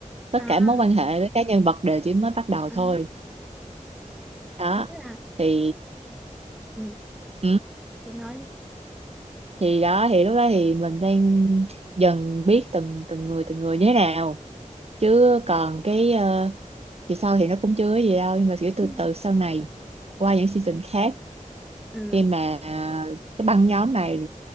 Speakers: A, on the right; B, in the centre.
A: tất
B: À
A: cả mối
B: à.
A: quan hệ với các nhân vật đều chỉ mới bắt đầu
B: à.
A: thôi đó
B: Nghĩa là
A: thì
B: ừ.
A: ừ,
B: chị nói đi
A: thì đó thì lúc đó thì mình đang dần biết từng từng người từng người như thế nào chứ còn cái ờ, thì sau thì nó cũng chưa có gì đâu nhưng mà kiểu từ
B: <laughs>
A: từ sau này qua những season khác
B: ừ
A: khi mà ờ, cái băng nhóm này